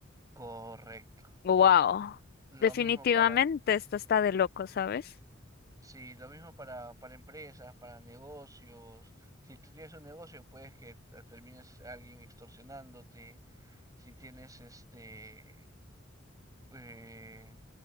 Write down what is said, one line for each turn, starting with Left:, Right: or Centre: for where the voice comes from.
Right: Correcto.
Left: Wow.
Right: Lo
Left: Definitivamente
Right: mismo para,
Left: esto está de loco, ¿sabes?
Right: sí, lo mismo para, para empresas, para negocios. Si tú tienes un negocio, puedes que te- termines a alguien extorsionándote. Si tienes este eh,